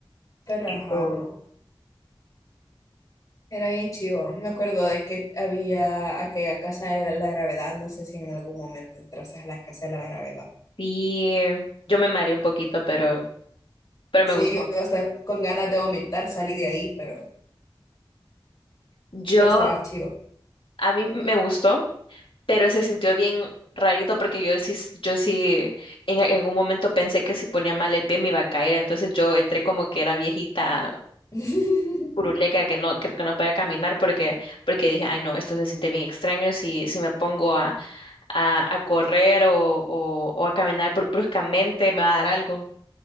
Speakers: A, on the left (about 40°); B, on the left (about 75°).
A: pero
B: eso.
A: ajá, no. Era bien chivo. Me acuerdo de que había aquella casa de la gravedad. No sé si en algún momento entraste a la casa de la gravedad.
B: Sí, yo me mareé un poquito, pero, pero
A: Sí,
B: me gustó.
A: yo hasta con ganas de vomitar salí de ahí, pero,
B: Yo,
A: pero estaba chivo.
B: a mí me gustó. pero se sintió bien rarito porque yo sí, yo sí en, en un momento pensé que si ponía mal el pie me iba a caer, entonces yo entré como que era viejita
A: <laughs>
B: curuleca que no, que, que no podía caminar porque, porque dije, ay no, esto se siente bien extraño si, si me pongo a, a, a correr o, o, o a caminar bru- bruscamente me va a dar algo.